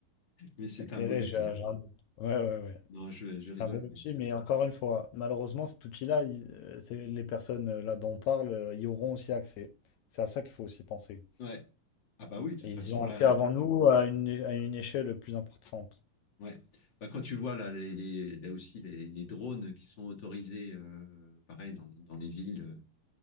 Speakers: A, on the left; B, on the left.
A: mais c'est
B: éclairé,
A: un bon outil.
B: j'ai j'ai un doute. Ouais, ouais, ouais.
A: Non, je, je
B: C'est
A: rigole,
B: un bon outil,
A: mais.
B: mais encore une fois, malheureusement, cet outil-là, il- euh, c'est les personnes euh, là dont on parle, euh, y auront aussi accès. C'est à ça qu'il faut aussi penser.
A: Ouais. Ah bah oui, de toute
B: Et ils
A: façon,
B: y ont accès
A: là, euh,
B: avant nous à une, é- à une échelle plus importante.
A: ouais. Bah, quand tu vois là, les, les- là aussi les, les drones qui sont autorisés, euh, pareil, dans, dans les villes,